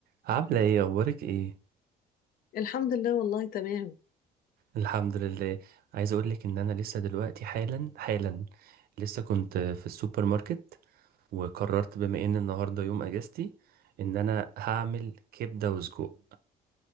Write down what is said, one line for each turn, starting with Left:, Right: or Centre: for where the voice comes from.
Right: عاملة ايه اخبارك ايه
Left: الحمد لله والله تمام
Right: الحمد لله عايز اقولك ان انا لسه دلوقتي حالا حالا لسه كنت في السوبر ماركت وقررت بما ان النهاردة يوم اجازتي ان انا هعمل كبدة وسجق